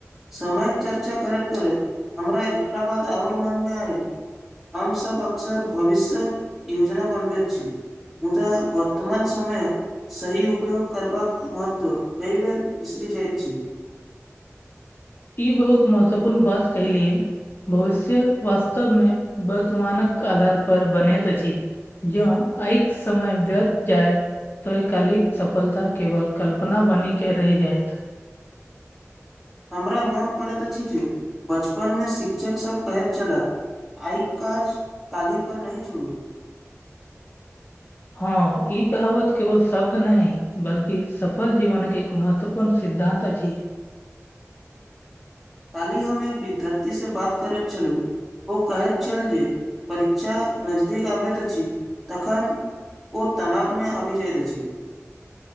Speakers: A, in the centre; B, on the left.
A: समयक चर्चा करैत करैत हमरा एकटा बात आओर मनमे आयल। हमसभ अक्सर भविष्य्यक योजना बनबैत छी। मुदा बर्तमान समयक। सही उपयोग करबाक महत्व कई बेर बिसरि जायत छि।
B: ई बहुत महत्वपूर्ण बात कहलियै। भविष्य वास्तवमे वर्तमानक आधार पर बनैत अछि। जो आऐक समय व्यत जाायत। त ओइ कालिक सफलता केवल कल्पना बनी कऽ रहि जायत।
A: हमरा मोन पड़ैत अछि जे बचपनमे शिक्षकसभ कहैत छलय आइक काज काली पर नहि छोड़ू।
B: हँ ई कहावत केवल शब्द नहि बल्कि सफल जीवनके एक महत्व। पूर्ण सिद्धान्त अछी।
A: काल्हि हम एक विद्यार्थी सऽ बात करैत छलहुँ। ओ कहैत छल जे परीक्षा नजदीक आबैत अछि तखन। ओ तनाव मऽ आबि जाइत अछि।